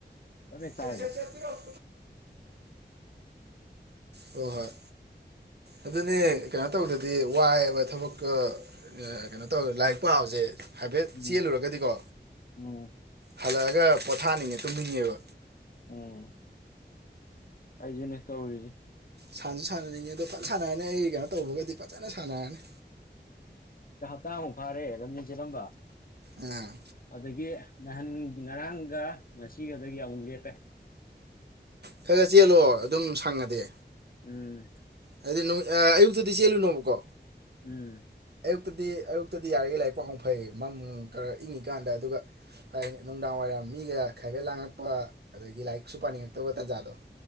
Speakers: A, on the left; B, on the right.
A: ꯆꯞ ꯍꯦꯛ
B: ꯁꯦ
A: ꯇꯥꯏꯕ
B: ꯁꯦ ꯄꯤꯔꯛ ꯑꯣ ꯍ ꯍꯣꯏ ꯑꯗꯨꯅꯦ ꯀꯩꯅꯣ ꯇꯧꯗꯗꯤ ꯍꯥꯏ ꯋꯥꯏꯕ ꯊꯕꯛꯀ ꯀꯩꯅꯣ ꯇꯧꯔꯦ ꯂꯥꯏꯔꯤꯛ ꯄꯥꯕꯁꯦ ꯍꯥꯏꯐꯦꯠ
A: ꯎꯝ
B: ꯆꯦꯜꯂꯨꯔꯒꯗꯤꯀꯣ
A: ꯎꯝ
B: ꯍꯜꯂꯛꯑꯒ ꯄꯣꯊꯥꯅꯤꯡꯉꯦ ꯇꯨꯝꯅꯤꯡꯉꯦꯕ
A: ꯎꯝ ꯑꯩꯁꯦꯅꯦ ꯇꯧꯔꯤꯁꯦ
B: ꯁꯥꯟꯁꯨ ꯁꯥꯟꯅꯅꯤꯡꯉꯦ ꯑꯗꯣ ꯐꯖ ꯁꯥꯟꯅꯔꯅꯤ ꯑꯩꯒꯤ ꯀꯩꯅꯣ ꯇꯧꯕꯒꯗꯤ ꯐꯖꯅ ꯁꯥꯟꯅꯔꯅꯤ
A: ꯍꯥꯞꯇꯥ ꯃꯨꯛ ꯐꯥꯔꯦ ꯂꯝꯖꯦꯜ ꯆꯦꯜꯂꯝꯝꯕ
B: ꯑꯥ ꯈꯔ
A: ꯑꯗꯒꯤ ꯅꯍꯥꯟ ꯉꯔꯥꯡꯒ ꯉꯁꯤꯒꯗꯒꯤ ꯑꯃꯨꯛ ꯂꯦꯞꯄꯦ
B: ꯈꯔ ꯈꯔ ꯆꯦꯜꯂꯣ ꯑꯗꯨꯝ ꯁꯪꯉꯗꯤ
A: ꯎꯝ
B: ꯍꯥꯏꯗꯤ ꯑꯌꯨꯛꯇꯗꯤ ꯆꯦꯜꯂꯨꯅꯣꯕꯀꯣ
A: ꯎꯝ
B: ꯑꯌꯨꯛꯇꯗꯤ ꯑꯌꯨꯛꯇꯗꯤ ꯌꯥꯔꯤꯒꯩ ꯂꯥꯏꯔꯤꯛ ꯄꯥꯍꯧ ꯐꯩ ꯃꯝ ꯈꯔ ꯏꯪꯉꯤꯀꯥꯟꯗ ꯑꯗꯨꯒ ꯍꯥꯏ ꯅꯨꯡꯗꯥꯡꯋꯥꯏꯔꯝ ꯃꯤꯒ ꯈꯥꯏꯕꯦꯠ ꯂꯥꯡꯉꯛꯄ ꯑꯗꯒꯤ ꯂꯥꯏꯔꯤꯛ ꯁꯁꯨ ꯄꯥꯅꯤꯡꯉꯛꯇꯕ ꯇꯥꯟꯖꯥꯗꯣ